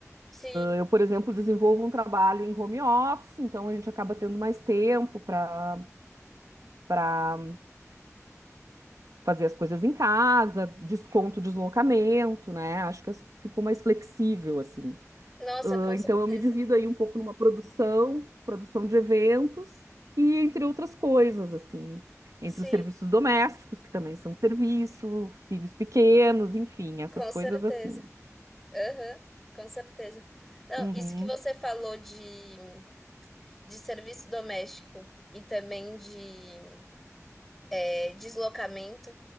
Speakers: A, in the centre; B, on the right (about 80°).
A: sim,
B: Eu, por exemplo, desenvolvo um trabalho em home office, então a gente acaba tendo mais tempo para para fazer as coisas em casa, desconto deslocamento, né? Acho que ficou mais flexível assim.
A: nossa,
B: Ah,
A: com
B: então
A: certeza,
B: eu me divido aí um pouco numa produção, produção de eventos e entre outras coisas assim, entre
A: sim,
B: os serviços domésticos, que também são serviço, filhos pequenos, enfim, essas
A: com
B: coisas
A: certeza.
B: assim.
A: Aham, com certeza. Não,
B: Uhum.
A: isso que você falou de, de serviço doméstico e também de é, deslocamento,